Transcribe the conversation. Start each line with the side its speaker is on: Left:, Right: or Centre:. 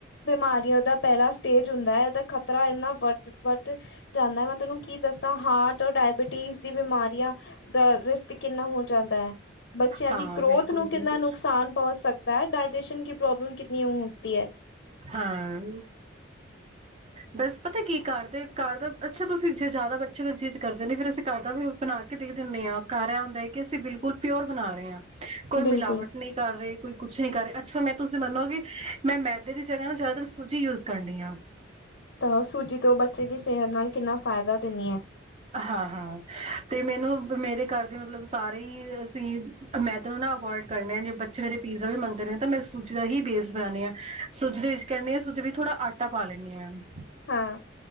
Left: ਬਿਮਾਰੀਆਂ ਦਾ ਪਹਿਲਾ ਸਟੇਜ ਹੁੰਦਾ ਹੈ ਇਹਦਾ ਖਤਰਾ ਇਨਾ ਵੱਧ ਜਾਂਦਾ ਹੈ ਮੈਂ ਤੁਹਨੂੰ ਕੀ ਦੱਸਾਂ ਹਾਰਟ ਰ ਡਾਇਬਟੀਜ਼ ਦੀ ਬਿਮਾਰੀਆਂ ਦਾ ਰਿਸਕ ਕਿੰਨਾ ਹੋ ਜਾਂਦਾ ਹੈ ਬੱਚਿਆਂ
Right: ਹਾਂ
Left: ਦੀ ਗਰੋਥ
Right: ਬਿਲਕੁਲ
Left: ਨੂੰ ਕਿੰਨਾ
Right: ਬਿਲਕੁਲ
Left: ਨੁਕਸਾਨ ਪਹੁੰਚ ਸਕਦਾ ਹੈ ਡਾਇਜਸ਼ਨ ਪ੍ਰੋਬਲਮ ਕਿਤਨੀ ਉ ਉੱਠਤੀ ਹੈ।
Right: ਹਾਂ ਬਸ ਪਤਾ ਕੀ ਕਰਦੇ ਘਰ ਦਾ ਅੱਛਾ ਤੁਸੀਂ ਜੇ ਜ਼ਿਆਦਾ ਬੱਚੇਗੇ ਜ਼ਿਦ ਕਰਦੇ ਨੇ ਫੇਿਰ ਅਸੀਂ ਘਰ ਦਾ ਵੀ ਬਣਾ ਕੇ ਦੇ ਦਿੰਦੇ ਹਾਂ ਘਰ ਇਹ ਹੁੰਦਾ ਹੈ ਕਿ ਅਸੀਂ ਬਿਲਕੁਲ ਪਿਓਰ ਬਣਾ ਰਹੇ ਹਾਂ। ਕੋਈ
Left: ਬਿਲਕੁਲ
Right: ਮਿਲਾਵਟ ਨਹੀਂ ਕਰ ਰਹੇ। ਕੋਈ ਕੁਛ ਨੀ ਕਰ ਰਹਾ ਅੱਛਾ ਮੈਂ ਤੁਸੀਂ ਮੰਨੋਗੇ ਮੈਂ ਮੈਦੇ ਦੀ ਜਗ੍ਹਾ ਨਾ ਜ਼ਿਆਦਾਤਰ ਸੂਜੀ ਯੂਜ ਕਰਨੀ ਹਾਂ।
Left: ਤਾਂ ਸੂਜੀ ਤੋਂ ਬੱਚੇ ਦੀ ਸਿਹਤ ਨਾਲ ਕਿੰਨਾ ਫ਼ਾਇਦਾ ਦਿੰਦੀ ਹੈ।
Right: ਹਾਂ ਹਾਂ ਤੇ ਮੈਨੂੰ ਮੇਰੇ ਘਰ ਦੇ ਮਤਲਬ ਸਾਰੇ ਹੀ ਅਸੀਂ ਮੈਦਨ ਨੂੰ ਨਾ ਤੇ ਮੈਨੂੰ ਮੇਰੇ ਘਰ ਦੇ ਸਾਰੇ ਮੈਲੇ ਨੂੰਅਵੋਇਡ ਕਰਨੇ ਹਾਂ ਜੇ ਬੱਚੇ ਮੇਰੇ ਪੀਜ਼ਾ ਵੀ ਮੰਗਦੇ ਨੇ ਤਾਂ ਮੈਂ ਸੂਜੀ ਦਾ ਹੀ ਬੇਸ ਬਣਾਉਦੀ ਹਾਂ ਸੂਜੀ ਦੇ ਵਿੱਚ ਕਹਿੰਦੇ ਸੂ ਵਿੱਚ ਥੋੜ੍ਹਾ ਆਟਾ ਪਾ ਲੈਂਦੀ ਹਾਂ ਮ
Left: ਹਾਂ